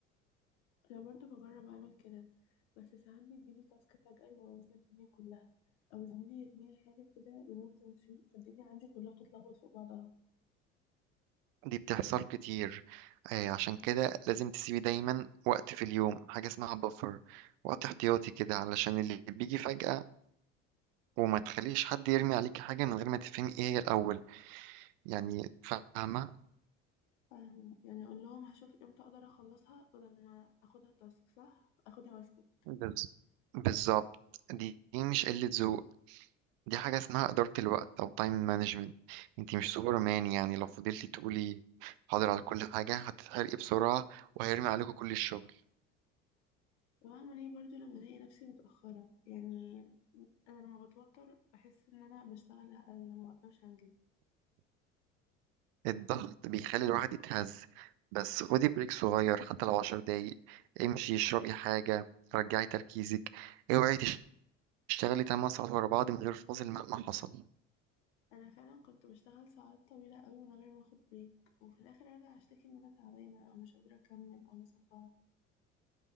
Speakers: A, on the left; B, on the right.
A: انا برضو بجرب اعمل كده بس ساعات بيجيلي تاسك فجأة يبوظ لي الدنيا كلها او زميلي يرميلي حاجه كده بدون تنسيق فالدنيا عندي كلها بتتلخبط فوق بعضها
B: دي بتحصل كتير آه عشان كده لازم تسيبي دايما وقت في اليوم حاجة اسمها بفر وقت احتياطي كده علشان اللي بيجي فجأة وما تخليش حد يرمي عليكي حاجة من غير ما تفهمي ايه هي الأول يعني فاهمة
A: فاهمة يعني اقول لهم هشوف امتى اقدر اخلصها بدل ما اخدها تاسك صح اخدها واسكت
B: بز- بالظبط دي, دي مش قلة ذوق دي حاجة اسمها إدارة الوقت أو تايم مانجمنت انتي مش سوبرمان يعني لو فضلتي تقولي حاضر على كل حاجة هتتحرقي بسرعة وهيرمي عليكم كل الشغل
A: وبعمل ايه برضو لما الاقي نفسي متأخرة يعني انا لما بتوتر بحس ان انا بشتغل اقل ما بقدرش انجز
B: الضغط بيخلي الواحد يتهز بس خدي بريك صغير حتى لو عشر دقايق امشي اشربي حاجة رجعي تركيزك اوعي تشتغلي 8 ساعات ورا بعض من غير فاصل مهما حصل
A: انا فعلا كنت بشتغل ساعات طويلة قوي من غير ما اخد بريك وفي الاخر ارجع اشتكي ان انا تعبانة او مش قادرة اكمل او مصدعة